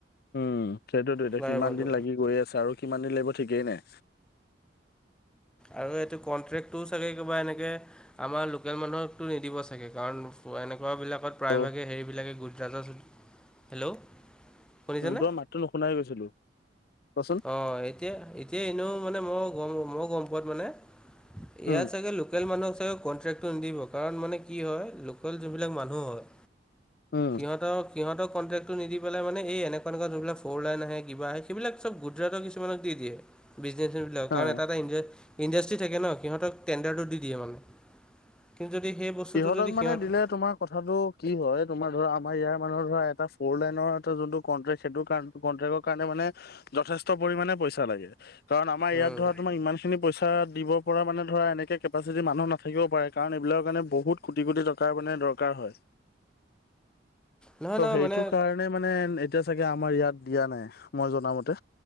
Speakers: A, on the left (about 55°); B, in the centre.
A: উম সেইটোতো এতিয়া
B: ফ্লাইঅভাৰটো
A: কিমান দিন লাগি গৈ আছে আৰু কিমান দিন লাগিব ঠিকেই নাই।
B: আৰু এইটো কনট্ৰেক্টটোও চাগে কিবা এনেকে। আমাৰ লোকেল মানুহকতো নিদিব চাগে কাৰণ এনেকুৱা বিলাকত প্ৰায়ভাগে
A: ত'
B: হেৰিবিলাকে গুজৰাজাত, হেল্ল', শুনিছেনে?
A: উ তোমাৰ মাতটো নুশুনাই হৈ গৈছিলো। কোৱাচোন
B: অ এতিয়া এতিয়া এনেও মানে মই গম মই গম পোৱাত মানে। ই
A: উম
B: চাগ লোক লোকেল মানুহক চাগে কণ্ট্ৰেটো নিদিব কাৰণ মানে কি হয় লোকেল যোনবিলাক মানুহ হয়।
A: উম
B: সিহঁতৰ সিহতক কনট্ৰেক্টো নিদি পেলাই মানে এই এনেকুৱা এনেকুৱা যোনবিলাক ফ'ৰ লাইন আহে কিবা আহে সেইবিলাক। চব গুজৰাটৰ কিছুমানক দি দিয়ে বিজনেচেন বিলাকক কাৰণ
A: অ
B: এটা এটা ই ইণ্ডাষ্ট্ৰী থাকে ন সিহঁতক টেণ্ডাৰটো দি দিয়ে মানে কিন্তু যদি সেই বস্তুটো
A: সিহঁতক
B: যদি
A: মানে
B: সিহঁত,
A: দিলে তোমাৰ কথাটো কি হয় তোমাৰ ধৰা আমাৰ ইয়াৰ মানুৰ ধৰা এটা ফৰ লাইনৰ এটা যোনটো কন্ট্ৰেক্ট সেইটো কাৰণে। কট্ৰেকৰ কাৰণে মানে যথেষ্ট পৰিমাণে পইচা লাগে। কাৰণ আমাৰ ইয়াত
B: উম,
A: ধৰা তোমাৰ ইমান খিনি পইচা দিব পৰা মানে ধৰা এনেকৈ কেপাচিটি মানুহ নাথাকিব পাৰে। কাৰণ এইবিলাকৰ কাৰণে বহুত কোটি কোটি টকাৰ মানে দৰকাৰ হয়।
B: নহয়
A: ত'
B: নহয়
A: সেইটো
B: মানে
A: কাৰ মানে মানে এতিয়া চাগে আমাৰ ইয়াত দিয়া নাই মই জনামতে।